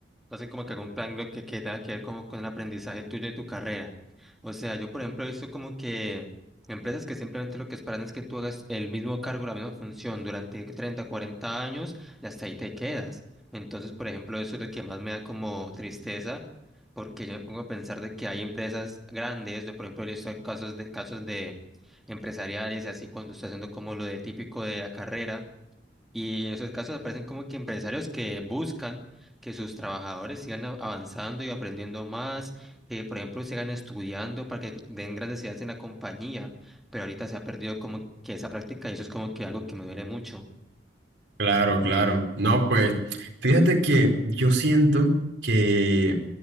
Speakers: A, in the centre; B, on the right.
A: no hacen como que algún plan lo que, que tenga que ver como con el aprendizaje tuyo de tu carrera. O sea, yo por ejemplo he visto como que empresas que simplemente lo que esperan es que tú hagas el mismo cargo, la misma función durante 30, 40 años y hasta ahí te quedas. Entonces, por ejemplo, eso es lo que más me da como tristeza, porque yo me pongo a pensar de que hay empresas grandes, yo por ejemplo he visto casos de, casos de empresariales y así cuando estoy haciendo como lo de típico de la carrera y en esos casos aparecen como que empresarios que buscan que sus trabajadores sigan a- avanzando y aprendiendo más, que por ejemplo sigan estudiando para que den grandes ideas en la compañía, pero ahorita se ha perdido como que esa práctica y eso es como que algo que me duele mucho.
B: Claro, claro. No, pues fíjate que yo siento que